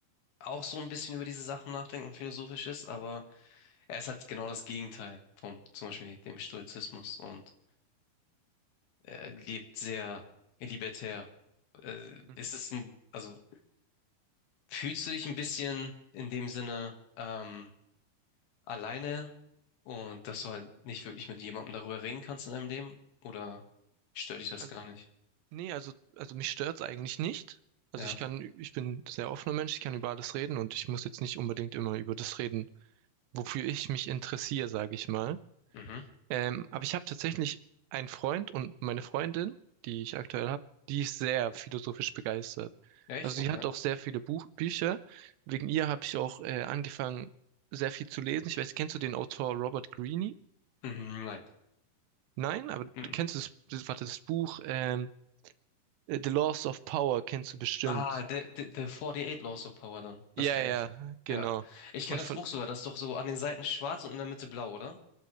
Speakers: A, on the left (about 65°); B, on the right (about 80°).
A: auch so ein bisschen über diese Sachen nachdenkt und philosophisch ist, aber er ist halt genau das Gegenteil vom, zum Beispiel dem Stoizismus und er lebt sehr libertär. Äh,
B: Hm.
A: ist es ein, also Fühlst du dich ein bisschen in dem Sinne ähm, alleine und dass du halt nicht wirklich mit jemandem darüber reden kannst in deinem Leben? Oder stört dich das
B: Also,
A: gar nicht?
B: nee, also, also mich stört's eigentlich nicht. Also
A: Ja.
B: ich kann, ich bin ein sehr offener Mensch, ich kann über alles reden und ich muss jetzt nicht unbedingt immer über das reden, wofür ich mich interessiere, sage ich mal.
A: Mhm.
B: Ähm, aber ich habe tatsächlich einen Freund und meine Freundin, die ich aktuell habe, die ist sehr philosophisch begeistert.
A: Echt?
B: Also
A: Okay.
B: sie hat auch sehr viele Buch Bücher. Wegen ihr habe ich auch äh, angefangen, sehr viel zu lesen. Ich weiß, kennst du den Autor Robert Greene?
A: Mhm, nein.
B: Nein, aber
A: Mhm.
B: du kennst das, das, warte, das Buch, ähm, Äh, The Laws of Power kennst du bestimmt.
A: Ah, The, The, The eight Laws of Power dann. Das
B: Ja,
A: kenne
B: ja,
A: ich.
B: genau.
A: Ja. Ich kenne
B: Und
A: das
B: von,
A: Buch sogar. Das ist doch so an den Seiten schwarz und in der Mitte blau, oder?